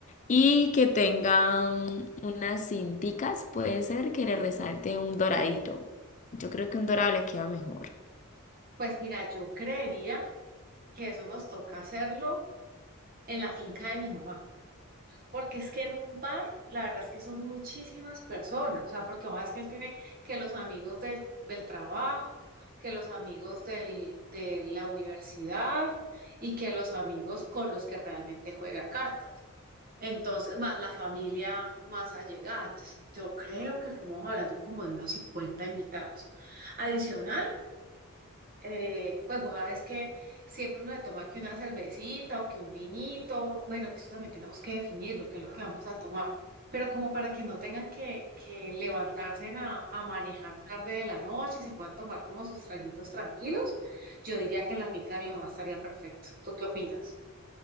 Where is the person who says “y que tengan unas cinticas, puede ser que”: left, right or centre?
Left